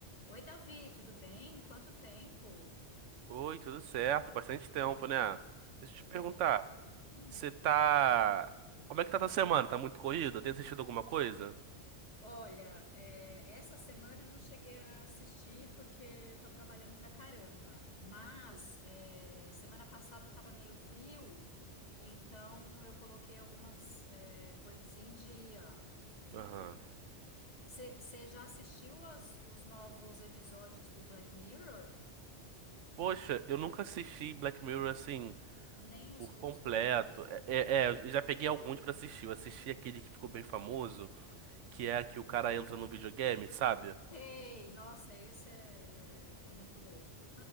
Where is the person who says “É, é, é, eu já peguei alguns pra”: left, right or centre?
Right